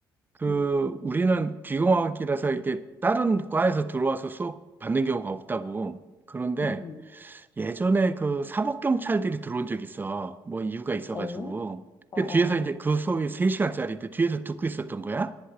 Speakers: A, on the right; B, on the left.
A: 그,
B: 음,
A: 우리는 귀공학이라서 이렇게 다른 과에서 들어와서 수업 받는 경우가 없다고. 그런데
B: 음, 음,
A: 예전에 그 사법경찰들이 들어온 적이 있어. 뭐 이유가 있어가지고.
B: 어, 어,
A: 그
B: 어,
A: 뒤에서 이제
B: 어,
A: 그 소위 3시간짜리인데 뒤에서 듣고 있었던 거야.